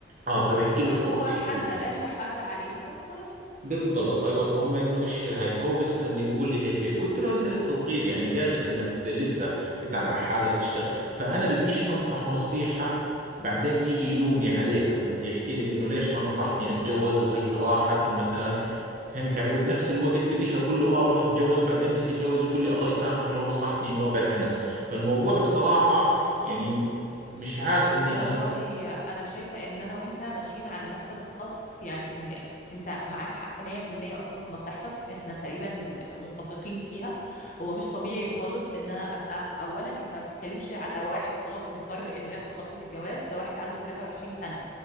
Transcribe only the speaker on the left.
اللي
هو حد
قال لحد عليها وخلاص
والله
انا شايفه ان انا وانت ماشيين على نفس الخط يعني ان انت معاك حق 100% اصلا في نصيحتك احنا تقريبا متفقين فيها هو مش طبيعي خالص ان انا ابقى اولا انت ما بتتكلمش على واحد خلاص مضطر انه ياخد خطوه الجواز ده واحد عنده 23 سنه